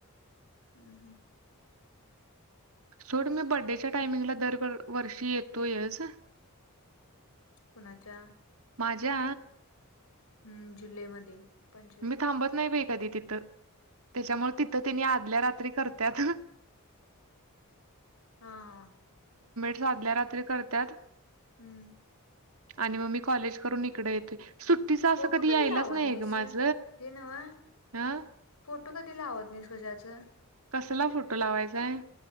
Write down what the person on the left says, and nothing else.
हम्म हम्म.
कुणाच्या?
हम्म जुलैमध्ये पंचवीस
हा हा.
हम्म
फोटो
लावत
नाहीस
ते नव्ह.
फोटो कधी लावत नाहीस कजाच